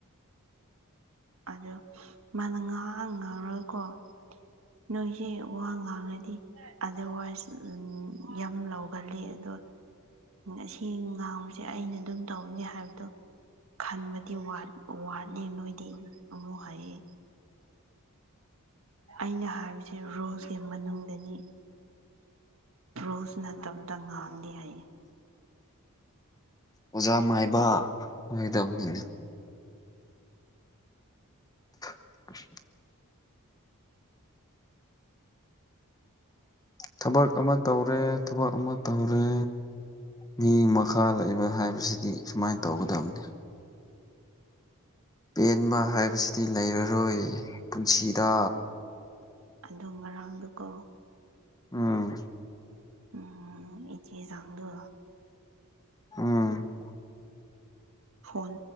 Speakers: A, on the right; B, on the left.
A: ꯑꯗꯣ ꯃꯥꯅ ꯉꯍꯥꯛꯥꯡ ꯉꯥꯡꯔꯒꯀꯣ ꯅꯣꯏꯁꯦ ꯋꯥ ꯉꯥꯡꯉꯗꯤ ꯑꯗꯔꯋꯥꯏꯁ ꯎ ꯌꯥꯝ ꯂꯧꯥꯎꯒꯜꯂꯤ ꯑꯣ ꯎ ꯑꯦꯡ ꯉꯥꯎꯔꯤ ꯁꯦ ꯑꯩꯅ ꯑꯗꯨꯝ ꯇꯧꯅꯤ ꯍꯥꯏꯕꯗꯣ ꯈꯟꯕꯗꯤ ꯋꯥꯠꯅꯤ ꯅꯣꯏꯗꯤ ꯑꯣꯣ ꯍꯥꯏꯌꯦ ꯑꯩꯅ ꯍꯥꯏꯔꯤꯁꯦ ꯔꯣꯜꯁꯀꯤ ꯃꯅꯨꯡꯗꯅꯤ ꯔꯨꯁꯅ ꯗꯕꯗꯪ ꯉꯥꯡ ꯂ ꯍꯥꯏꯏ
B: ꯑꯣꯖꯥ ꯃꯥꯏꯕ ꯑꯣꯏꯒꯗꯕꯅꯤꯅꯦ <unintelligible> ꯊꯕꯛ ꯑꯃ ꯇꯧꯔꯦ ꯊꯕꯛ ꯑꯃ ꯇꯧꯔꯦ ꯃꯤ ꯃꯈꯥ ꯂꯩꯕ ꯍꯥꯏꯕꯁꯤꯗꯤ ꯁꯨꯃꯥꯏꯅ ꯇꯧꯒꯗꯕꯅꯤ ꯄꯦꯟꯕ ꯍꯥꯏꯕꯁꯤꯗꯤ ꯂꯩꯔꯔꯣꯏ ꯄꯨꯟꯁꯤꯗ
A: ꯑꯗ ꯉꯔꯥꯡꯗꯨꯀꯣ
B: ꯑꯝ
A: ꯎꯝ ꯏꯗꯤ ꯆꯗꯣ
B: ꯑꯝ
A: phone